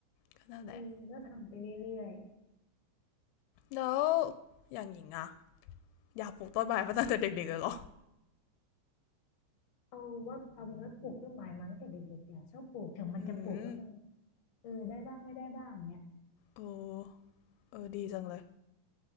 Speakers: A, on the left; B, on the left.
A: ก็นั่นแหละ
B: เออก็ทำไปเรื่อย
A: แล้วอย่างหญิงอะอยากปลูกต้นไม้มาตั้งแต่เด็กๆเลยเหรอ
B: ๆเอาว่าเอาเป็นว่าปลูกต้นไม้มั้งแต่เด็กๆเนี่ยชอบปลูกถึงมันจะปลูกแล้วมัน
A: อืม
B: เออได้บ้างไม่ได้บ้างเนี้ย
A: โอ้ เออดีจังเลย